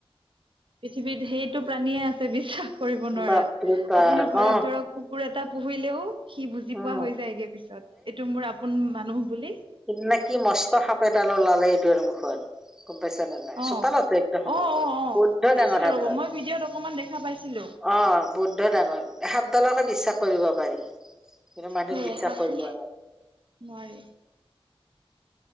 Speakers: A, on the right; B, in the centre.
A: পৃথিৱীত সেইটো প্ৰাণীয়ে আছে বিশ্বাস কৰিব নোৱাৰা
B: বাপৰে বাপ
A: আপুনি ঘৰত
B: অ
A: ধৰক কুকুৰ এটা পুহিলেও সি বুজি
B: উম
A: পোৱা হৈ যায়গে পিছত এইটো মোৰ আপোন মানুহ বুলি
B: সেইদিনা কি মস্ত সাপ এডাল ওলালে এই দুৱাৰ মুখত গম পাইছা নাই
A: অ
B: চোতালতে একদম সন্মুখত
A: অ অ অ
B: বৌদ্ধ
A: শুনিছিলো
B: ডাঙৰ সাপডাল
A: ৰ'ব মই ভিডিঅ'ত অকমান দেখা পাইছিলো
B: অ বৌদ্ধ ডাঙৰ সাপডালকে বিশ্বাস কৰিব পাৰি কিন্তু মানুহক
A: সেয়া
B: বিশ্বাস
A: চাওকচোন
B: কৰিব
A: নোৱাৰি